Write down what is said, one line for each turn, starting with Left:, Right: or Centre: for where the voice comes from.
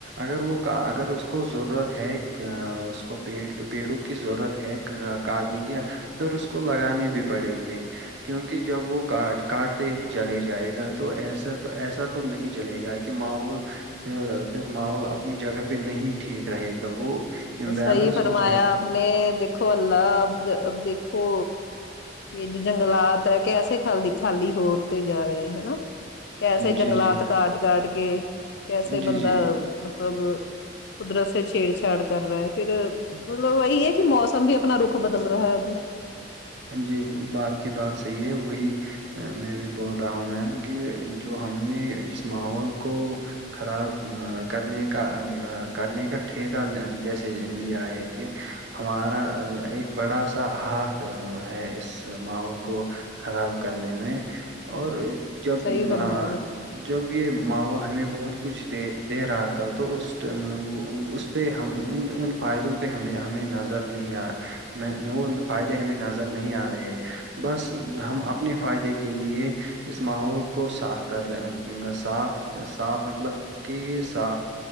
Right: اگر وہ اگر اس کو ضرورت ہے کیا اس کو پیڑ پیڑوں کی ضرورت ہے کا کاٹنے کی پھر اس کو لگانے بھی پڑیں گے کیونکہ جب وہ کاٹ کاٹتے ہی چلے جائے گا تو ایسا تو ایسا تو نہیں چلے گا کہ ماحول پھر ماحول اپنی جگہ پہ نہیں ٹھیک رہے گا وہ امبیلنس
Left: صحیح فرمایا
Right: ہو جائے
Left: اپنے دیکھو اللہ دیکھو اللہ اب دیکھو یہ جو جنگلات ہے کیسے خالی خالی ہوتے جا رہے ہے نا کیسے جنگلات
Right: جی جی
Left: کاٹ کاٹ کے کیسے
Right: جی
Left: بندہ
Right: جی
Left: مطلب قدرت سے چھیڑ چھاڑ کر رہا ہے پھر
Right: ہوں
Left: مطلب یہی ہے کہ موسم بھی اپنا رخ بدل رہا ہے ابھی
Right: جی باپ کی بات صحیح ہے وہی میں بھی بول رہا ہوں میم کہ جو ہم نے اس ماحول کو خراب کرنے کا کرنے کا ٹھیکہ جیسے لیا ہے کہ ہمارا جو ایک بڑا سا ہا تھ ہے اس ماحول کو خراب کرنے میں اور جب
Left: صحیح
Right: ماں
Left: فرمایا آپ نے،
Right: جب یہ ماحول ہمیں بہت کچھ دے دے رہا تھا تو اس ٹا آ اس پہ ہم ان ان فائدوں پہ ہمیں ہمیں نظر نہیں آئے نہ ان فا ئدے ہمیں نظر نہیں آ رہے ہیں بس ہم اپنے فائدے کے لیے اس ماحول کو صاف کر رہے صاف صاف مطلب کی سا